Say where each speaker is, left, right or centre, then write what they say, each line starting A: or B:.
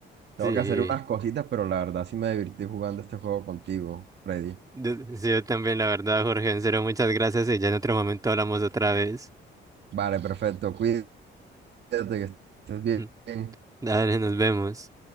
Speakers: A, on the right; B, on the right.
A: Tengo
B: Sí,
A: que hacer unas cositas, pero la verdad sí me divertí jugando este juego contigo, Freddy.
B: yo, sí, yo también, la verdad, Jorge, en serio, muchas gracias y ya en otro momento hablamos otra vez.
A: Vale, perfecto. Cuídate. Cuídate, que estés
B: <laughs>
A: bien.
B: Dale, nos vemos.